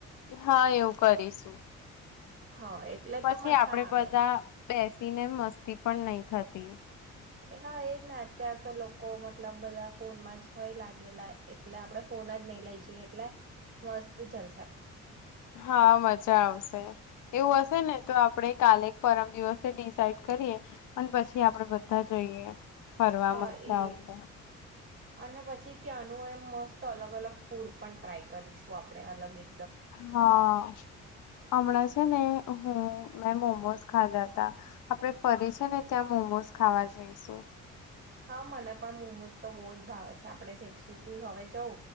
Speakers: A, on the left; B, on the right.
A: હા એવું કરીશું.
B: હા એટલે
A: પછી
B: તો મજા
A: આપડે
B: આવે.
A: બધા બેસીને મસ્તી પણ નહી થ તે
B: હા એજ ના અત્યારે તો લોકો મતલબ બધા ફોનમાં જ હોય લાગેલા, એટલે આપણે ફોન જ નઈ લઈ જઈએ. એટલે મસ્ત જલ
A: હા મજા આવશે. એવું હશે ને તો આપણે કાલે પરમ દિવસે ડિસાઇડ કરીએ. અને પછી આપડે બધા જઈએ. ફરવા
B: હા
A: મઝા
B: એ
A: આવશે.
B: અને પછી ત્યાંનું એમ મસ્ત અલગ અલગ ફૂડ પણ ટ્રાય કરીશું, આપણે અલગ એક
A: હા. અમણાં છે ને હું મેં મોમોઝ ખાધા હતા, આપડે ફરી છે ને ત્યાં મોમોઝ ખાવા જઈશું.
B: હા મને પણ મોમોઝ તો બો જ ભાવે છે. આપડે જઈશું તું જ હવે જઉં.